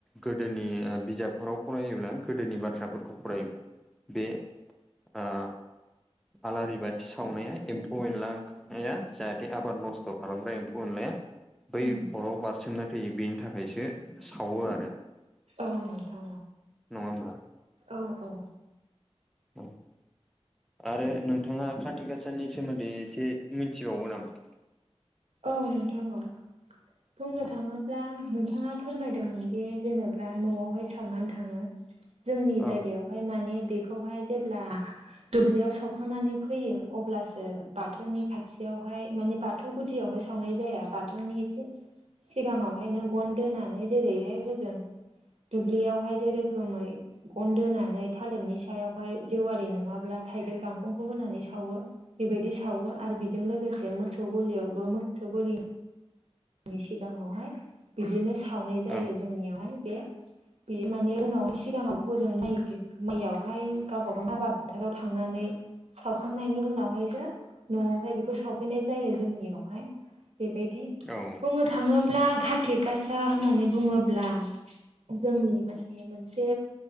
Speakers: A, in the centre; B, on the right.
A: गोदोनि बिजाबफोराव फरायोब्ला गोदोनि बाथ्राफोरखौ फरायोब्ला बे ओ आलारि बाथि सावनाया एम्फौ -एनला ओं जाहाथे आबाद नस्थ' खालामग्रा एम्फौ -एनलाया बै
B: उम
A: अराव बारसोमनो थैयो बेनि थाखायसो सावो आरो।
B: औ नोंथां
A: नङा होमब्ला
B: औ औ।
A: औ। आरो नोंथाङा कातिक गाासनि सोमोन्दै एसे मिथिबावो नामा?
B: औ नोंथां औ बुंनो
A: ओं
B: थाङोब्ला नोंथाङा फोरमायदोंमोन दि जेनेबा न'आवहाय सावनानै थाङो जोंनि जायगायाव
A: ओं
B: बेहाय माने बेखौहाय जेब्ला दुब्लियाव सावखांनानै फैयो अब्लासो बाथौनि खाथियावहाय मानि बा बाथौ गुदियावहाय सावनाय जाया बाथौनि एसे सिगाङावहायनो गन दोनानै जेरैहाय हजों दुब्लियावहाय जेरोखोमै गन दोनानै थालिरनि सायावहाय जेवारि नङाब्ला थाइगिर गांखंखौ होनानै सावो। बेबायदि सावो आरो बेजों लोगोसे मोसौ गलियावबो मोसौ गलि जोंनि सिगाङावहाय बिदिनो सावनाय जायो
A: औ
B: जोंनियावहाय बे बे माने उनाव सिगाङाव हजों माय मायावहाय गावबा गाव आबाद फोथाराव थांनानै सावखांनायनि उनावहायसो न'आवहाय बेखौ सावफैनाय जायो जोंनियावहाय बेबायदि
A: ओं
B: बुंनो थाङोब्ला कार्तिक गासा खोथा होननानै बुङोब्ला जोंनि माने मोनसे